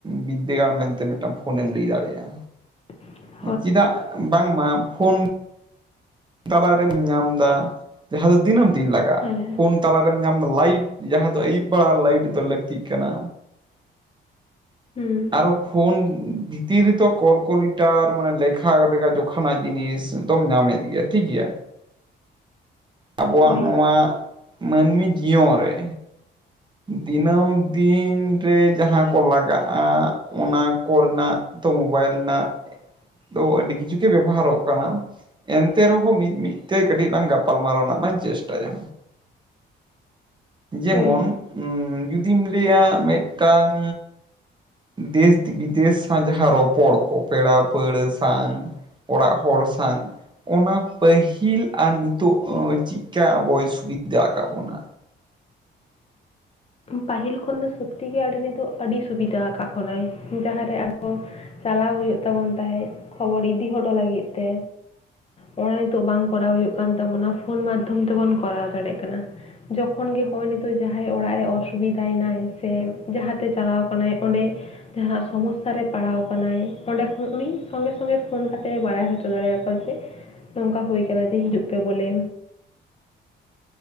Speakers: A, on the right; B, on the left.
A: ᱵᱤᱫᱽᱫᱟᱹᱜᱟᱲ ᱢᱮᱱᱛᱮ ᱢᱤᱫᱴᱟᱝ ᱯᱷᱳᱱᱮᱢ ᱞᱟᱹᱭ ᱫᱟᱲᱮᱭᱟᱜᱼᱟ᱾
B: <unintelligible>
A: ᱪᱮᱫᱟᱜ ᱵᱟᱝᱢᱟ ᱯᱷᱳᱱ ᱛᱟᱞᱟᱨᱮᱢ ᱧᱟᱢ ᱮᱫᱟ ᱡᱟᱦᱟᱸ ᱫᱚ ᱫᱤᱱᱟᱹᱢ ᱫᱤᱱ ᱞᱟᱜᱟᱜᱼᱟ
B: ᱦᱮᱸ
A: ᱯᱷᱳᱱ ᱛᱟᱞᱟᱨᱮᱢ ᱧᱟᱢ ᱮᱫᱟ ᱞᱟᱭᱤᱴ ᱡᱟᱦᱟᱸ ᱫᱚ ᱟᱹᱭᱩᱵ ᱵᱮᱲᱟ ᱞᱟᱭᱤᱴ ᱫᱚ ᱞᱟᱹᱠᱛᱤᱜ ᱠᱟᱱᱟ
B: ᱦᱩᱸ
A: ᱟᱨᱚ ᱯᱷᱳᱱ ᱛᱤ ᱨᱮ ᱫᱚ ᱠᱚᱞᱠᱚᱞᱤᱴᱟᱨ ᱢᱟᱱᱮ ᱞᱮᱠᱷᱟ ᱞᱮᱠᱟ ᱡᱚᱠᱷᱱᱟᱜ ᱡᱤᱱᱤᱥ ᱫᱚᱢ ᱧᱟᱢᱮᱫ ᱜᱮᱭᱟ ᱴᱷᱤᱠ ᱜᱮᱭᱟ ᱟᱵᱚᱣᱟᱜ
B: ᱦᱳᱭ
A: ᱱᱚᱣᱟ ᱢᱟᱹᱱᱢᱤ ᱡᱤᱭᱚᱱ ᱨᱮ
B: <unintelligible>
A: ᱫᱤᱱᱟᱹᱢ ᱫᱤᱱ ᱨᱮ ᱡᱟᱦᱟᱸ ᱠᱚ ᱞᱟᱜᱟᱜᱼᱟ ᱚᱱᱟ ᱠᱚᱨᱮ ᱨᱮᱱᱟᱜ ᱛᱚ ᱢᱳᱵᱟᱭᱤᱞ ᱨᱮᱱᱟᱜ ᱫᱚ ᱟᱹᱰᱤ ᱠᱤᱪᱷᱩ ᱜᱮ ᱵᱮᱵᱚᱦᱟᱨᱚᱜ ᱠᱟᱱᱟ ᱮᱱᱼᱼ ᱮᱱᱛᱮ ᱨᱮᱦᱚᱸ ᱢᱤᱫ ᱢᱤᱫ ᱛᱮ ᱠᱟᱹᱴᱤᱡ ᱞᱟᱝ ᱜᱟᱯᱟᱞᱢᱟᱨᱟᱣ ᱨᱮᱱᱟᱜ ᱞᱟᱝ ᱪᱮᱥᱴᱟᱭᱟ᱾ ᱡᱮᱢᱚᱱ
B: ᱦᱳᱭ
A: ᱩᱱ ᱡᱩᱫᱤᱢ ᱞᱟᱹᱭᱟ ᱢᱤᱫᱴᱟᱝ ᱫᱮᱥ-ᱵᱤᱫᱮᱥ ᱥᱟᱝ ᱡᱟᱦᱟ ᱨᱚᱯᱚᱲ ᱠᱚ ᱯᱮᱲᱟ ᱯᱟᱹᱲᱦᱟᱹ ᱥᱟᱶ ᱚᱲᱟᱜ ᱦᱚᱲ ᱥᱟᱶ ᱚᱱᱟ ᱯᱟᱹᱦᱤᱞ ᱟᱨ ᱱᱤᱛᱚᱜ ᱪᱮᱫᱠᱟ ᱟᱵᱚᱭ ᱥᱩᱵᱤᱫᱷᱟ ᱟᱠᱟᱫ ᱛᱟᱵᱚᱱᱟ᱾
B: ᱯᱟᱹᱦᱤᱞ ᱠᱷᱚᱱ ᱫᱚ ᱥᱚᱛᱤᱜᱮ ᱟᱹᱰᱤ ᱱᱤᱛᱚᱜ ᱟᱹᱰᱤ ᱥᱩᱵᱤᱫᱷᱟ ᱟᱠᱟᱫ ᱵᱚᱱᱟᱭ ᱡᱟᱦᱟᱸᱨᱮ ᱟᱵᱚ ᱪᱟᱞᱟᱣ ᱦᱩᱭᱩᱜ ᱛᱟᱵᱚᱱ ᱛᱟᱦᱮᱸᱜ ᱠᱷᱚᱵᱚᱨ ᱤᱫᱤ ᱦᱚᱴᱚ ᱞᱟᱹᱜᱤᱫ ᱛᱮ ᱚᱱᱟ ᱱᱤᱛᱚᱜ ᱵᱟᱝ ᱠᱚᱨᱟᱣ ᱦᱩᱭᱩᱜ ᱠᱟᱱ ᱛᱟᱵᱚᱱᱟ ᱯᱷᱳᱱ ᱢᱟᱫᱽᱫᱷᱚᱢ ᱛᱮᱵᱚᱱ ᱠᱚᱨᱟᱣ ᱫᱟᱲᱮᱭᱟᱜ ᱠᱟᱱᱟ᱾ ᱡᱚᱠᱷᱚᱱ ᱜᱮ ᱱᱚᱜᱼ ᱱᱤᱛᱚᱜ ᱡᱟᱦᱟᱸᱭ ᱚᱲᱟᱜ ᱨᱮ ᱚᱥᱩᱼᱼ ᱥᱩᱵᱤᱫᱟᱭᱱᱟᱭ ᱥᱮ ᱡᱟᱦᱟᱸᱛᱮ ᱪᱟᱞᱟᱣ ᱠᱟᱱᱟᱭ ᱚᱸᱰᱮ ᱡᱟᱦᱟᱸ ᱥᱚᱢᱚᱥᱥᱟ ᱨᱮ ᱯᱟᱲᱟᱣ ᱟᱠᱟᱱᱟᱭ ᱚᱸᱰᱮ ᱠᱷᱚᱱ ᱩᱱᱤ ᱥᱚᱸᱜᱮ ᱥᱚᱸᱜᱮ ᱯᱷᱳᱱ ᱠᱟᱛᱮ ᱵᱟᱲᱟᱭ ᱦᱚᱪᱚ ᱫᱟᱲᱮᱭᱟ ᱦᱳᱭ ᱥᱮ ᱱᱚᱝᱠᱟ ᱦᱩᱭ ᱠᱟᱱᱟ ᱡᱮ ᱦᱤᱡᱩᱜ ᱯᱮ ᱵᱚᱞᱮ